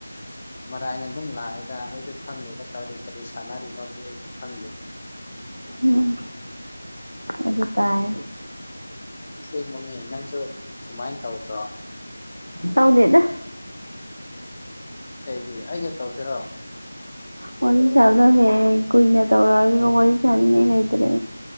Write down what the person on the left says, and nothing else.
ꯥꯏꯅ ꯑꯗꯨꯝ ꯂꯥꯛꯑꯦꯗ ꯑꯩꯁꯨ ꯈꯪꯉꯦꯗ ꯀꯔꯤ ꯀꯔꯤ ꯁꯥꯟꯅꯔꯤꯅꯣꯗ ꯑꯩꯁꯨ ꯈꯪꯗꯦ
ꯁꯤꯦꯡꯒ ꯃꯅꯤ ꯅꯪꯁꯨ ꯁꯨꯃꯥꯏꯅ ꯇꯧꯗ꯭ꯔꯣ
ꯀꯩꯗꯤ ꯑꯩꯒ ꯇꯧꯁꯤꯔꯣ